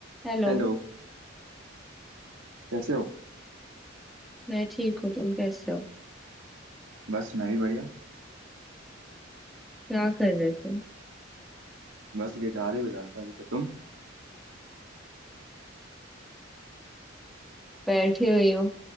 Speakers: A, in the centre; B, on the right.
A: Hello
B: हेलो कैसे हो
A: मैं ठीक हूँ तुम कैसे हो
B: बस मैं भी बढ़िया
A: क्या कर रहे थे
B: बस गिटार ही बजा रहा था अभी तो तुम
A: बैठी हुई हूँ